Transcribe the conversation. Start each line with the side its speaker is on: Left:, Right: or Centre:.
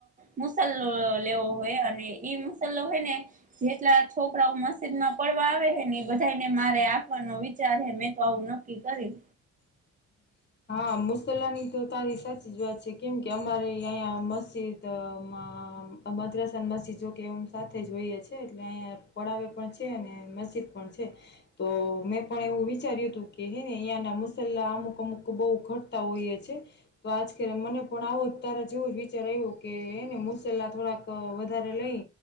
Right: મુસા લે લેવો હોય અને ઈ મુસલો હોય ને જેટલા છોકરાઓ મસ્જિદમાં પડવા આવે બધાને મારે આપવાનો વિચાર હે મેં તો આવું નક્કી કરી.
Left: હ હા મુસલાની તો તારી સાચી જ વાત છે કેમ કે અમારે અહં મસ્જિદમાં મા મદ્રાસ અને મસ્જિદ જો કે એમ સાથે જોઈએ છે એટલે અહીંયા પડાવે પણ છે અને મસ્જિદ પણ છે તો મેં પણ એવું વિચાર્યું હતું કે હેને અહંના મુસલા અમુક અમુક બો ઘટતા હોઈએ છે તો આજ મને પણ આવો જ તારા જેવો જ વિચાર આવ્યો કેને મુસલા થોડાક વધારે લઈ